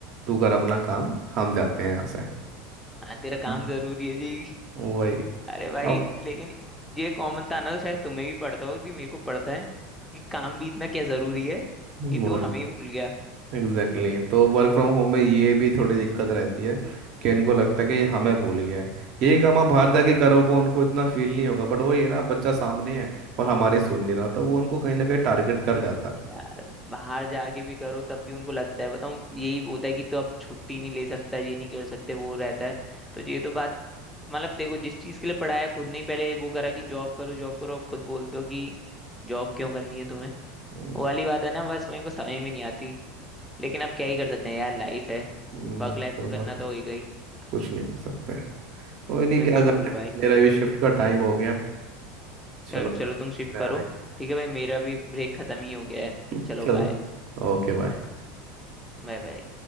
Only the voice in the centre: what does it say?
हाँ तेरा काम
जरूरी है जी
अरे भाई
लेकिन ये कॉमन था ना तो शायद तुम्हें भी पड़ता होगा कि मेरे को पड़ता है कि काम भी इतना क्या जरूरी है
कि तू हमें ही भूल गया
यार बाहर जाके भी करो तब भी उनको लगता है बताऊं यही होता है कि तो अब छुट्टी नहीं ले सकता ये नहीं कर सकते वो रहता है तो ये तो बात मतलब देखो जिस चीज के लिए पढ़ाया खुद नहीं पहले वो करा कि जॉब करो जॉब करो अब खुद बोलते हो कि जॉब क्यों करनी है तुम्हें
वो वाली बात है ना बस मेरे को समझ में नहीं आती लेकिन अब क्या ही कर सकते हैं यार लाइफ है
वर्क लाइफ
को करना
तो होगा ही
बिल्कुल
बिल्कुल
भाई
चलो चलो
तुम शिफ्ट
करो
ठीक है भाई मेरा भी ब्रेक खत्म ही हो गया है
चलो
बाय
Bye bye